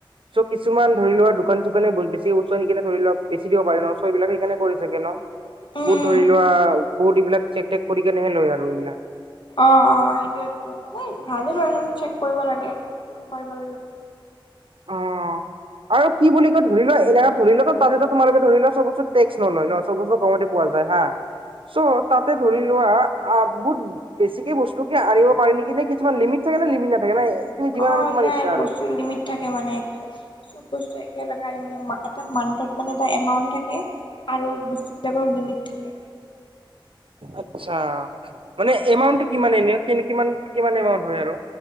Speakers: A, on the right; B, on the left.
A: চ' কিছুমান ধৰি লোৱা দোকান চোকানে বেছি বস্তু আনিকিনে ধৰি লোৱা বেছি দিব পাৰি ন ছ সেবিলাক সেইকাৰনে কৰে ছাগে ন।
B: উম
A: বুত
B: উম
A: ধৰি লোৱা বহুত এইবিলাক চেক টেক কৰি কেনেহে লয় আৰু এইবিলাক।
B: অ অ সেইটোয়েতো ভালেই বাৰু চেক কৰিব লাগে। হয় বাৰু দিয়ক।
A: অ'। আৰু কি ক ধৰি লোৱা এনেককা ধৰিল তাতে তোমালোকে ধৰিলোৱাব <unintelligible> টেক্স নলয় ন চব বস্তু কমতে পোৱা। <inaudible> যায় হা চ' তাতে ধৰি লোৱা আ বহুত বেছিকে বস্তু কি আনিব পাৰি নেকি নে কিছুমান লিমিট। থাকে নে লিমিত নাথাকে না এখিনি যিমান
B: অ'
A: আনে তোমাৰ
B: নাই
A: ইচ্ছা আৰু
B: বস্তুৰ লিমিট থাকে মানে চব বস্তু একেলগে মানে এটা মান্থত মানে এটা এমাউন্ট থাকে। আৰু বস্তুবিলাকৰ লিমিট থাকে।
A: আটচা মানে এমাউন্টটো কিমান এনে? কিমান কিমান এমাউন্ট হয় আৰু